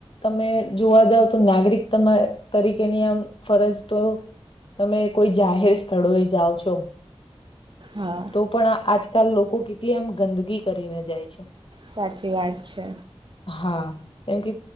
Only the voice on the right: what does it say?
હા
સાચી વાત છે.